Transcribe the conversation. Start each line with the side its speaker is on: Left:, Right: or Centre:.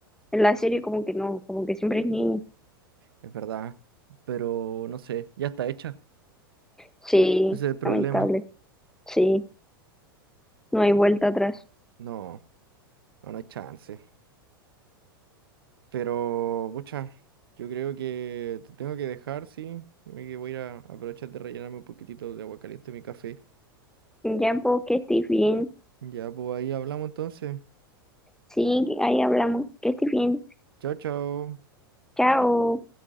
Centre: en la serie como que no, como que siempre es niña.
Right: es verdad. Pero no sé, ya está hecha.
Centre: Sí,
Right: Ese es el problema.
Centre: lamentable, sí, no hay vuelta atrás.
Right: No, no no hay chance. Pero, pucha, yo creo que te tengo que dejar, sí. Me que voy a ir a aprovechar de rellenarme un poquitito de agua caliente en mi café.
Centre: Ya, pues, que estés bien.
Right: Ya, pues ahí hablamos entonces.
Centre: Sí, ahí hablamos, que estés bien.
Right: Chao, chao.
Centre: Chao.